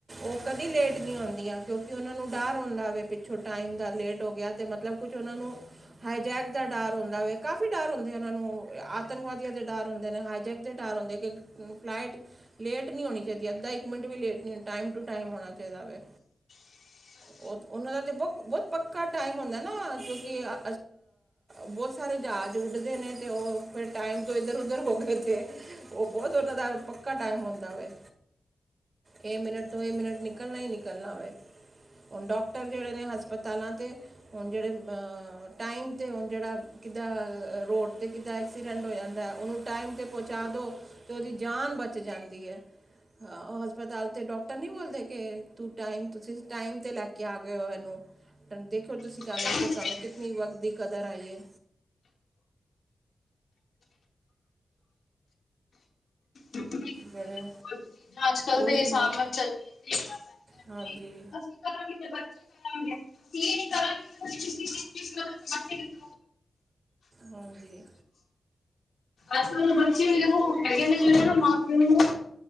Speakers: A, on the right (about 45°); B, on the left (about 75°).
A: ਉਹ ਕਦੀ ਲੇਟ ਨੀ ਆਉਦੀਆਂ ਕਿਉਕਿ ਉਹਨਾਂ ਨੂੰ ਡਰ ਆਉਂਦਾ ਪਿੱਛੋਂ ਦਾ ਲੇਟ ਹੋ ਗਿਆ ਤੇ ਮਤਲਬ ਕੁਝ ਉਹਨਾਂ ਨੂੰ ਹਾਈਜੈਕ ਦਾ ਡਰ ਹੁੰਦਾ ਵੇ ਕਾਫੀ ਡਰ ਹੁੰਦੇ ਉਹਨਾਂ ਨੂੰ, ਆਤੰਕਵਾਦੀਆਂ ਦੇ ਡਰ ਹਾਈਜੈਕ ਦੇ ਟਾਇਰ ਹੁੰਦੇ ਕਿ ਫਲਾਈਟ ਲੇਟ ਨੀ ਹੋਣੀ ਚਾਹੀਦੀ ਅੱਧਾ ਇੱਕ ਮਿੰਟ ਵੀ ਲੇਟ ਹੋਣਾ ਟਾਈਮ ਟੂ ਟਾਈਮ ਹੋਣਾ ਚਾਹੀਦਾ ਵੇ।
B: <inaudible>
A: ਉਹ ਉਹਨਾਂ ਦਾ ਬਹੁਤ-ਬਹੁਤ ਪੱਕਾ ਟਾਈਮ ਹੁੰਦਾ ਨਾ ਕਿਉਕਿ ਆ ਬੋਤ ਸਾਰੇ ਜਾਜ਼ ਉਡਦੇ ਨੇ ਤੇ ਓ ਫੇਰ ਟਾਈਮ ਤੋਂ ਏਧਰ-ਉੱਧਰ ਹੋ ਜੇ, ਓ ਬੋਤ ਓਨਾਂ ਦਾ ਪੱਕਾ ਟਾਈਮ ਹੁੰਦਾ ਵੇ। ਏ ਮਿੰਨਟ ਤੋਂ ਏ ਮਿੰਨਟ ਨਿਕਲਨਾ ਈ ਨਿਕਲਨਾ ਵੇ। ਹੁਣ ਡਾਕਟਰ ਜੇੜੇ ਨੇ ਹਸਪਤਾਲਾਂ ਤੇ ਹੁਣ ਜੇੜੇ ਅ ਟਾਈਮ ਤੇ ਹੁਣ ਜੇੜਾ ਕਿੱਦਾਂ ਅ ਰੋਡ ਤੇ ਚਾਏ ਐਕਸੀਡੈਂਟ ਹੋ ਜਾਂਦਾ ਓਨੂੰ ਟਾਈਮ ਤੇ ਪਹੁੰਚਾ ਦਿਉ ਤੇ ਓਦੀ ਜਾਨ ਬਚ ਜਾਂਦੀ ਏ। ਹਾਂ ਓਹ ਹਸਪਤਾਲ ਤੇ ਡਾਕਟਰ ਨੀ ਬੋਲਦੇ ਕੇ ਤੂੰ ਟਾਈਮ ਤੁਸੀਂ ਟਾਈਮ ਤੇ ਲੈ ਕੇ ਆ ਗੇ ਓ, ਏਨੂੰ ਦੇਖਿਓ ਤੁਸੀਂ
B: ਜਾਣਾ
A: ਕਹ ਕਿ ਤੁਆਨੂੰ ਕਿਤਨੀ ਵਕਤ ਦੀ ਕਦਰ ਆਈ ਏ।
B: ਬਹੁਤ ਚੀਜ਼ਾਂ
A: ਜੇੜੇ,
B: ਅੱਜ ਕੱਲ
A: ਓਈ
B: ਦੇ ਹਿਸਾਬ
A: ਨਾ
B: ਨਾਲ ਚੱਲਦੀਆਂ ਦੇਖਣਾ ਪੈਂਦਾ ਕਿ
A: ਹਾਂਜੀ।
B: <inaudible>
A: ਹਾਂਜੀ।
B: ਅੱਜ-ਕੱਲ ਦੇ ਬਚੇ ਵੀ ਦੇਖੋ ਮੈਂ ਕੇਨੀ ਜੇੜਾ ਮਾਂ-ਪਿਓ ਨੂੰ-